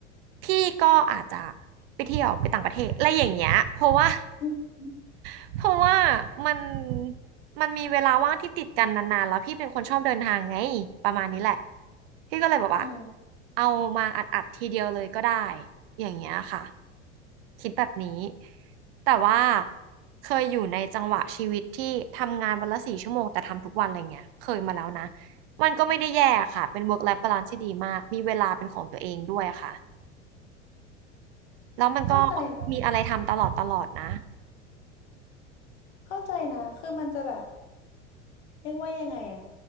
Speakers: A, on the right (about 50°); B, on the left (about 60°).
A: พี่ก็อาจจะไปเที่ยวไปต่างประเทศอะไรอย่างเงี้ย เพราะว่า
B: อืม
A: <laughs> เพราะว่ามันมันมีเวลาว่างที่ติดกันนานๆ แล้วพี่เป็นคนชอบเดินทางไง ประมาณนี้แหละ พี่ก็เลยบอกว่า
B: อืม
A: เอามาอัดๆทีเดียวเลยก็ได้อย่างเงี้ยค่ะคิดแบบนี้ แต่ว่าเคยอยู่ในจังหวะชีวิตที่ทำงานวันละสี่ชั่วโมงแต่ทำทุกวันอะไรเงี้ยเคยมาแล้วนะ มันก็ไม่ได้แย่ค่ะ เป็น work life balance ที่ดีมาก มีเวลาเป็นของตัวเองด้วยค่ะ แล้วมันก็
B: เข้าใจนะ
A: มีอะไรทำตลอดตลอดนะ
B: เข้าใจนะคือมันจะแบบเรียกว่ายังไงอะ